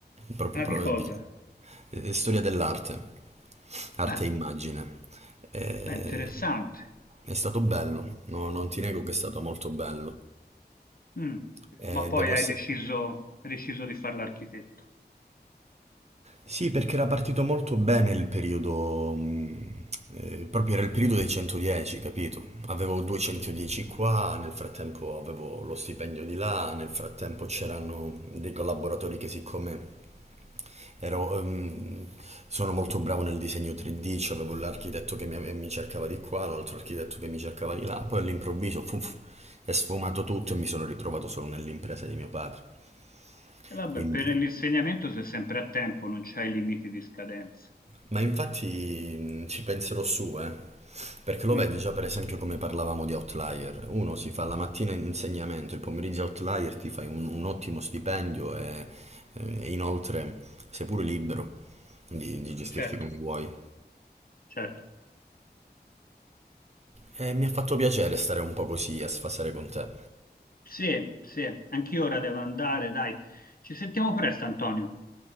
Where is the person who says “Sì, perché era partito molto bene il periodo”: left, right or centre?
Right